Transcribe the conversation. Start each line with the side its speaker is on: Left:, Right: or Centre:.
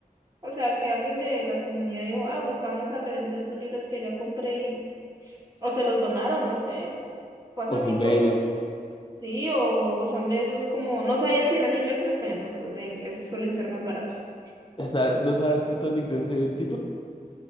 Right: O sea, que alguien de la comunidad dijo, ah, pues vamos a revender estos libros que ya compré y... O se los donaron, no sé. Pasan
Left: O son
Right: qué cosas.
Left: de ellas.
Right: Sí, o son de esos como, no sabía si eran en inglés o en español, porque los de inglés suelen ser más baratos.
Left: Está- no estaba escrito en inglés el título.